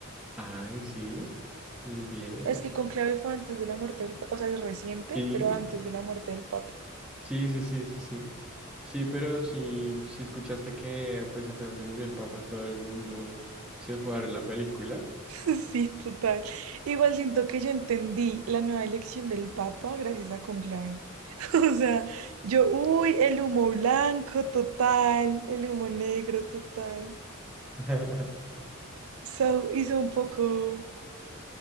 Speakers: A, in the centre; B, on the right (about 80°).
A: Ay, sí, muy bien.
B: Es que Conclave fue antes de la muerte del Papa, o sea, es reciente,
A: Sí,
B: pero antes de la muerte del Papa.
A: sí, sí, sí, sí, sí. Sí, pero si si escuchaste que pues apenas se murió el papá, todo el mundo se fue a ver la película.
B: <laughs> Sí, total. Igual siento que yo entendí la nueva elección del Papa gracias a Conclave. <laughs> O sea, yo, uy, el humo blanco total, el humo negro total.
A: <laughs>
B: So, hizo un poco,